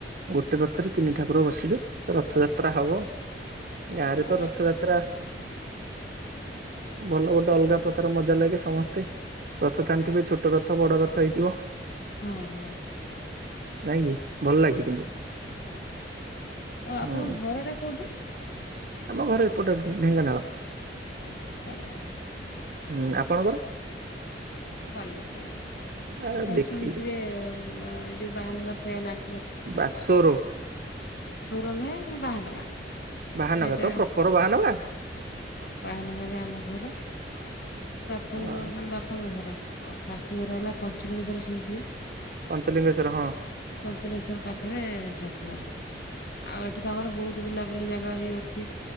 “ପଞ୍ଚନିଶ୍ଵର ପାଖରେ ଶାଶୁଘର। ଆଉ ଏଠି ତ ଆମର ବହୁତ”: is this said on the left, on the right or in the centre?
Left